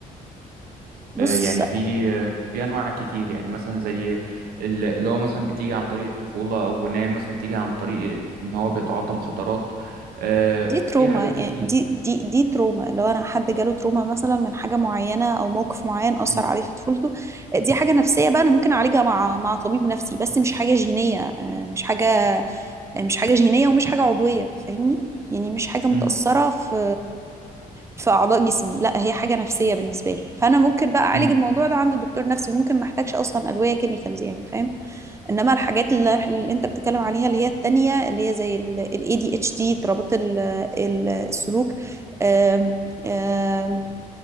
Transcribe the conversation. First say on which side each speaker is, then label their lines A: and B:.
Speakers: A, on the right; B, on the right.
A: بص
B: آه، يعني في آه، في انواع كتير يعني مثلا زي ال- اللي هو مثلا بتيجي عن طريق الطفوله او ان هي مثلا تيجي عن طريق ان هو بيتعاطى مخدرات آه،
A: دي تروما
B: في حاجات
A: يعني
B: كتير
A: دي دي دي تروما لو انا حد جاله تروما مثلا من حاجه معينه او موقف معين اثر
B: مم،
A: عليه في طفولته دي حاجه نفسيه بقى انا ممكن اعالجها مع مع طبيب نفسي بس مش حاجه جينيه آه، مش حاجه آه، مش حاجه جينيه ومش حاجه عضويه فاهمني يعني مش حاجه متاثره
B: مم،
A: في في اعضاء جسمي لا هي حاجه نفسيه بالنسبه لي فانا ممكن بقى اعالج
B: مم.
A: الموضوع ده عند الدكتور نفسي وممكن ما احتاجش اصلا ادويه كيميكالز يعني فاهم انما الحاجات اللي, اللي انت بتتكلم عليها اللي هي التانية اللي هي زي ال ADHD اضطرابات ال- ال- السلوك آم، آم،